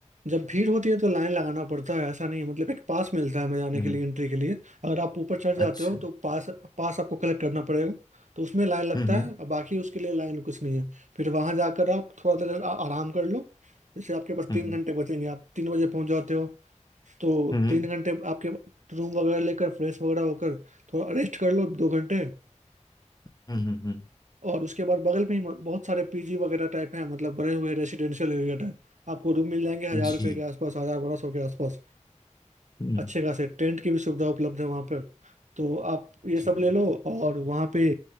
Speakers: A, on the right; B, on the left.
A: जब भीड़ होती है तो लाइन लगाना पड़ता है ऐसा नहीं है मतलब एक पास मिलता है हमें जाने
B: हम्म
A: के लिए
B: हम्म।
A: एंट्री के लिए अगर आप ऊपर चढ़
B: अच्छा
A: जाते हो तो पास पास आपको कलेक्ट करना पड़ेगा तो उसमें लाइन लगता
B: हम्म हम्म
A: है और बाकी उसके लिए लाइन कुछ नहीं है फिर वहां जाकर आप थोड़ा देर आ- आराम कर लो जैसे आपके पास
B: हम्म
A: तीन घंटे बचेंगे आप तीन बजे पहुंच जाते हो तो
B: हम्म
A: तीन घंटे आपके रूम वगैरह लेकर फ्रेश वगैरह होकर थोड़ा रेस्ट कर लो दो घंटे
B: हम्म हम्म, हम्म, हम्म।
A: और उसके बाद बगल में ही म- बहुत सारे पीजी वगैरह टाइप हैं मतलब बने हुए रेसिडेंशियल एरिया टाइप आपको रूम मिल जाएंगे हजार
B: जी
A: रुपये के आसपास हजार बारह सौ के आसपास
B: हम्म
A: अच्छे खासे टेंट की भी सुविधा उपलब्ध है वहाँ पर तो आप ये
B: जी
A: सब ले लो और वहाँ पे